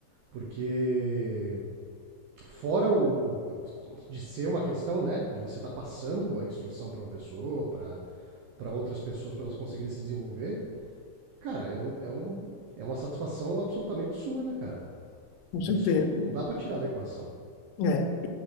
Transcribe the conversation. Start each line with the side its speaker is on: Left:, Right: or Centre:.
Right: Porque fora o, o- de ser uma questão, né, de você estar tá passando a instrução para uma pessoa, para outras pessoas, para elas conseguirem se desenvolver, cara, é, um, é, um, é uma satisfação absolutamente sua, né, cara?
Left: com certeza.
Right: Isso não, não dá para tirar da equação.
Left: É.